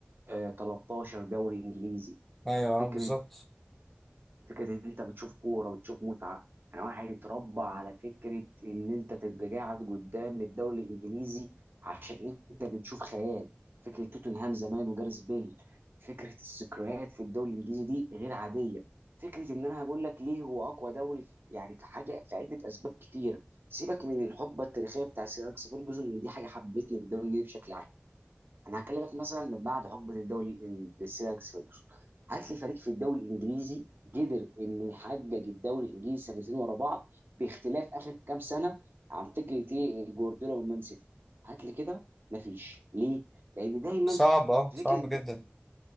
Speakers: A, on the right; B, in the centre.
A: آه 13 دوري انجليزي
B: أيوه
A: فكره
B: بالظبط
A: فكره ان انت بتشوف كوره بتشوف متعه يعني واحد اتربى على فكره ان انت تبقى قاعد قدام الدوري الانجليزي عشان انت بتشوف خيال فكره توتنهام زمان وجاريث بيل فكره الذكريات في الدوري الانجليزي دي غير عاديه فكره ان انا هقول لك ليه هو اقوى دوري في- يعني في حاجه في عده اسباب كتيره سيبك من الحقبه التاريخيه بتاع سير أليكس فيرجسون دي حاجه حبتني في الدوري الانجليزي بشكل عام انا هكلمك مثلا من بعد حقبه الدوري الانجليزي لأليكس فيرجسون هات لي فريق في الدوري الانجليزي قدر انه يحقق الدوري الانجليزي سنتين ورا بعض باختلاف اخر كام سنه عن فكره ايه جوارديولا والمان سيتي هات لي كده مفيش ليه؟ لان دايما
B: صعب أه
A: فكره
B: صعب جدا